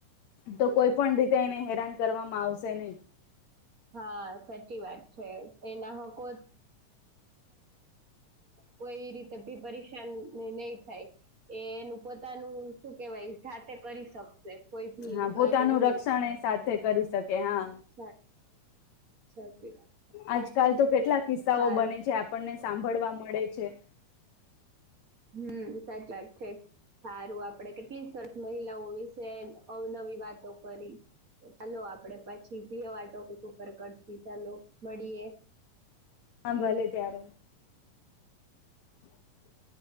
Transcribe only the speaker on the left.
તો કોઈ પણ રીતે એને હેરાન કરવામાં આવશે નહી.
હા
પોતાનું
રક્ષણ એ સાથે કરી શકે હા
આજકાલ તો કેટલા કિસ્સાઓ
બને છે, આપણને સાંભળવા મળે છે.
હા ભલે ત્યારે. <unintelligible>